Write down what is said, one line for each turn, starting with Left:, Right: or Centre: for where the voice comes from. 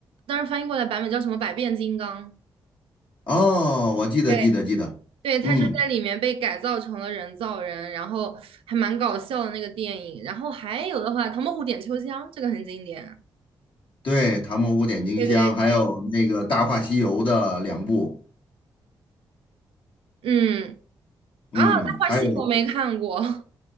Right: 当时翻译过来版本叫什么《百变金刚》。
Left: 哦，我记得，
Right: 对，
Left: 记得，记得，
Right: 对，他就在里面被改造成了人造人，
Left: 嗯。
Right: 然后还蛮搞笑的那个电影。然后还有的话，《唐伯虎点秋香》这个很经典。
Left: 对，《唐伯虎点秋香》，
Right: 对对，
Left: 还有那个《大话西游》的两部，
Right: 嗯
Left: 嗯，
Right: 啊，《大话西游》我没看过
Left: 还有
Right: <laughs>